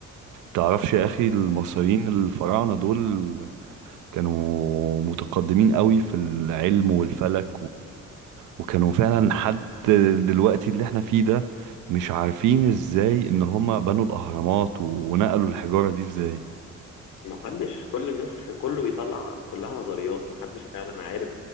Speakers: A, on the right; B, on the left.
A: تعرفش يا اخي المصريين الفراعنة دول كانوا متقدمين قوي في العلم والفلك وكانوا فعلا حد دلوقتي اللي احنا فيه ده مش عارفين ازاي ان هم بنوا الاهرامات ونقلوا الحجارة دي ازاي
B: محدش كل الناس كله بيطلع كلها نظريات محدش فعلا عارف